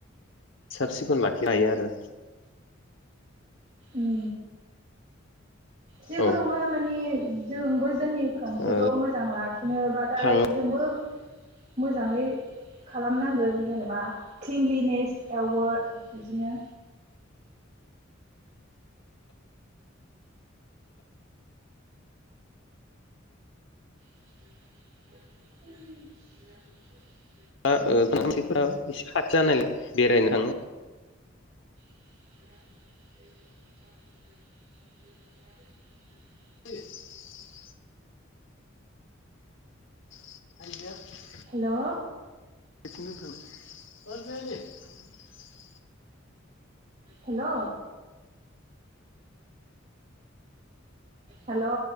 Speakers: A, on the left (about 65°); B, on the right (about 40°).
A: साब सिखन लाखिनो हायो आरो।
B: उम जेबो
A: औ
B: नङा माने जोंबो जोंनि कान्ट्रिखौ
A: ओ
B: मोजां लाखिनोबाथाय
A: थाङो
B: जोंबो मोजाङै खालामनांगोन जेनेबा क्लिनलिनेस एवो बिदिनो
A: ज <inaudible>
B: <unintelligible>
A: हा ओ मानसिफ्रा एसे खाथि जानायलाय बेरायनो थाङो।
B: <inaudible>
A: <inaudible> <unintelligible>
B: हेलौ।
A: <unintelligible>
B: हेलौ। हेलौ।